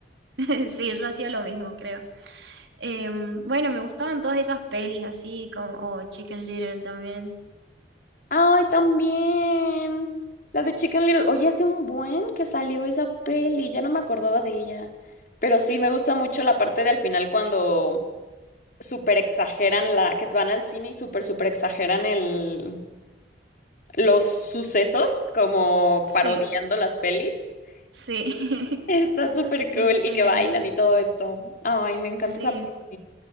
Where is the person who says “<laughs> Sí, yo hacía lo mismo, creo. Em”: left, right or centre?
Right